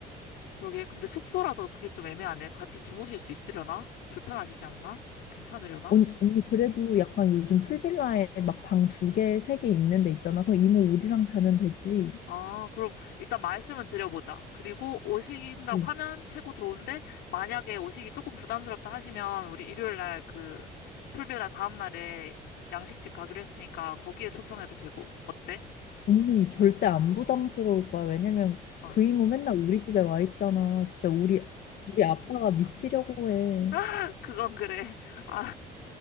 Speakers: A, on the left; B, on the left.
A: 그러게. 근데 숙소라서 그게 좀 애매하네. 같이 주무실 수 있으려나? 불편하시지 않나? 괜찮으려나?
B: 언- 언니 그래도 약간 요즘 풀빌라에 막 방 두 개, 세 개 있는 데 있잖아. 그럼 이모 우리랑 자면 되지.
A: 아, 그럼 일단 말씀은 드려보자. 그리고 오신다고
B: 어.
A: 하면 최고 좋은데, 만약에 오시기 조금 부담스럽다 하시면, 우리 일요일 날 그, 풀빌라 다음날에 양식집 가기로 했으니까 거기에 초청해도 되고. 어때?
B: 언니 절대 안 부담스러울 거야. 왜냐면
A: 어.
B: 그 이모 맨날 우리 집에 와 있잖아. 진짜 우리 우리 아빠가 미치려고 해.
A: <laughs> 그건 그래. 아,